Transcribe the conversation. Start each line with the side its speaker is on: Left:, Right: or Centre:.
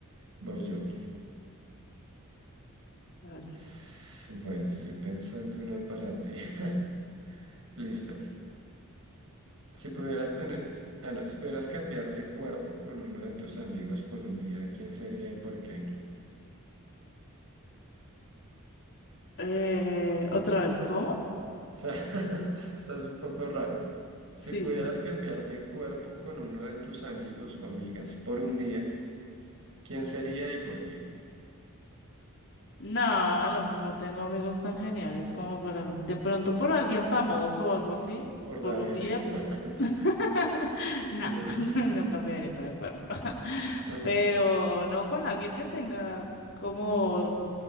Right: Voy yo.
Left: dale.
Right: S- Bueno, estoy pensando una para ti. <laughs> Listo. Si pudieras tener, ah, no, si pudieras cambiar de cuerpo con uno de tus amigos por un día, ¿quién sería y por qué?
Left: Eh, ¿otra vez cómo?
Right: O sea, <laughs> o sea, es un poco raro. Si
Left: Sí.
Right: pudieras cambiar de cuerpo con uno de tus amigos o amigas por un día, ¿quién sería y por qué?
Left: No, no, no tengo amigos tan geniales como para, de pronto por alguien famoso o algo así,
Right: Por
Left: por
Right: David.
Left: un día.
Right: <laughs>
Left: <laughs> No,
Right: Desde
Left: <laughs>
Right: luego.
Left: no cambiaría con el cuerpo. <laughs>
Right: <laughs>
Left: Pero no con alguien que tenga como